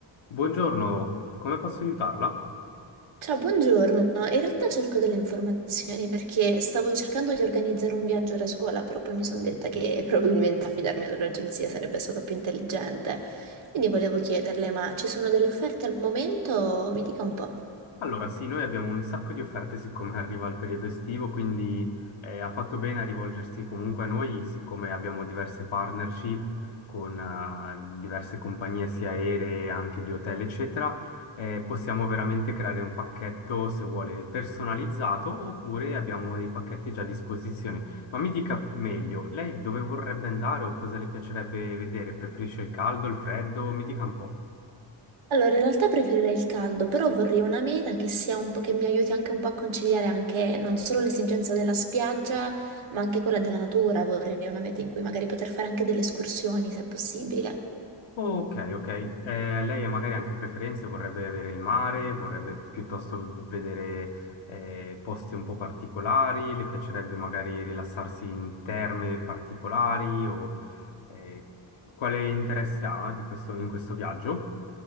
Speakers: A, on the left; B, on the right.
A: Buongiorno, come posso aiutarla?
B: Ciao, buongiorno. In realtà cerco delle informazioni perché stavo cercando di organizzare un viaggio da sola, però poi mi sono detta che <laughs> probabilmente affidarmi ad un'agenzia sarebbe stato più intelligente. Quindi volevo chiederle, ma ci sono delle offerte al momento? Mi dica un po'.
A: Allora, sì, noi abbiamo un sacco di offerte siccome <laughs> arriva il periodo estivo, quindi eh, ha fatto bene a rivolgersi comunque a noi, siccome abbiamo diverse partnership con eh, diverse compagnie sia aeree, anche di hotel, eccetera, eh, possiamo veramente creare un pacchetto, se vuole, personalizzato, oppure abbiamo dei pacchetti già a disposizione. Ma mi dica meglio, lei dove vorrebbe andare o cosa le piacerebbe vedere? Preferisce il caldo, il freddo? Mi dica un po'.
B: Allora, in realtà preferirei il caldo, però vorrei una meta che sia un po' che mi aiuti anche un po' a conciliare anche non solo l'esigenza della spiaggia, ma anche quella della natura. Vorrei una meta in cui magari poter fare anche delle escursioni, se possibile.
A: Ok, ok. Eh, lei ha magari anche preferenze, vorrebbe avere il mare, vorrebbe piuttosto vedere eh, posti un po' particolari, le piacerebbe magari rilassarsi in terme particolari o eh, quale interesse ha di questo- in questo viaggio?